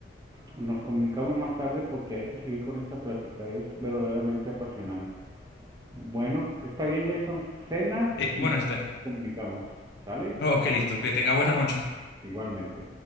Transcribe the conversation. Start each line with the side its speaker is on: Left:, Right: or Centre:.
Right: nos comunicamos más tarde porque hay que seguir con esta plática. Es verdaderamente apasionante. Bueno, está bien, Jason. Cenas
Left: Eh,
Right: y
Left: bueno, está.
Right: luego nos comunicamos. ¿Sale?
Left: Ok, listo. Que tenga buena noche.
Right: Igualmente.